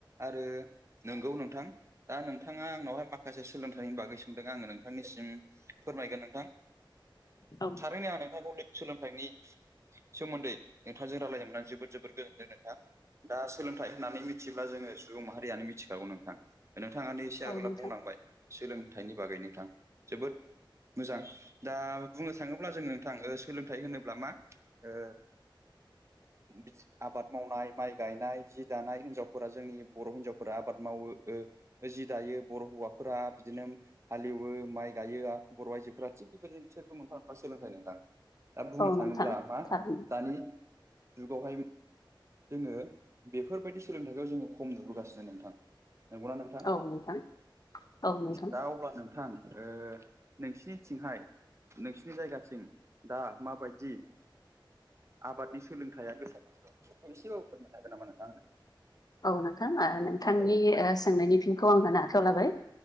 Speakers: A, on the right (about 35°); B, on the left (about 50°).
A: आरो नंगौ नोंथां दा नोंथाङा आंनावहाय माखासे सोलोंथाइनि बागै सोंदों आङो नोंथांनिसिम फोरमायगोन नोंथां
B: औ
A: थारैनो आं नोंथांखौ सोलोंथाइनि सोमोन्दै नोंथांजों रायलायनोनानै जोबोद जोबोद गोजोनदों नोंथां। दा सोलोंथाइ होननानै मिथिब्ला जोङो सुबुं माहारियानो मिथिखागौ नोंथां। नोंथाङानो एसे आगोलाव
B: औ नोंथां
A: बुंलांबाय सोलोंथाइनि बागै नोंथां जोबोद मोजां दा बुंनो थाङोब्ला जों नोंथां सोलोंथाइ होनोब्ला मा ओ <inaudible> आबाद मावनाय माइ गायनाय जि दानाय हिनजावफोरा जोंनि बर' हिन्जावफोरा आबाद मावोओ जि दायो बर' हौवाफोरा बिदिनो हालेवो माइ गायो। बर' आइजोफोरा थिग बेबायदि बिसोरबो मोनफा मोनफा सोलोंथाइ नोंथां। दा बुंनो
B: औ
A: थाङोब्ला
B: नोंथां
A: मा
B: थारैनो
A: दानि जुगावहाय जोङो बेफोरबायदि सोलोंथथायाइखौ जोङो खम नुबोगासिनो नोंथां। नंगौना नोंथां
B: औ नोंथां औ नोंथां
A: दा अब्ला नोंथां ओ नोंसिनिथिंहाय नोंसिनि जायगाथिं दा माबायदि आबादनि सोलोंथायाइया गोसारनानै दं खनसे अफोर मोननो हागोन नामा नोंथां?
B: औ नोंथां नोंथांनि
A: आंनो
B: सोंनायनि फिन खौ आं होनो आखायाव लाबाय